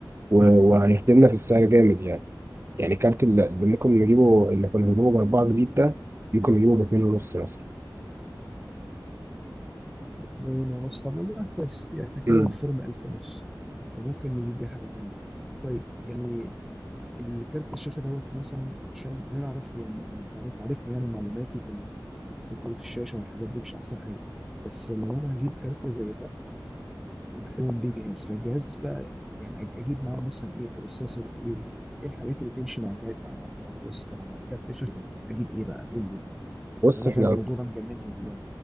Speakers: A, on the right; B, in the centre.
A: و- وهيخدمنا في السعر جامد يعني يعني كارت اللي اللي ممكن نجيبه اللي كنا بنجيبه باربعه جديد ده ممكن نجيبه باتنين ونص مثلا
B: اتنين ونص طب والله كويس يعني احنا كده
A: مم.
B: وفرنا الف ونص فممكن نجيب بيه حاجه تانيه طيب يعني الكارت الشاشه دوت مثلا عشان يعني انا اعرف يعني انا طريقة- عارفني يعني معلوماتي في ال- في كروت الشاشه والحاجات دي مش احسن حاجه بس لو انا هجيب كارت زي ده ومحتوم بيه جهاز فالجهاز بقى يعني أج- اجيب معاه مثلا ايه بروسيسور ايه ايه الحاجات اللي تمشي مع جه- مع مع فلوس مع كارت الشاشه اجيب ايه بقى قول لي
A: بص
B: انا
A: احنا
B: فعلا الموضوع ده مجنني والله